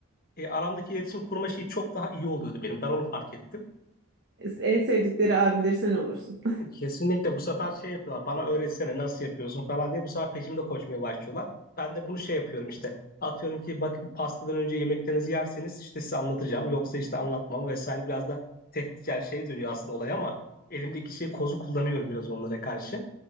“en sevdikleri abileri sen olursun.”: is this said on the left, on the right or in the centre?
Right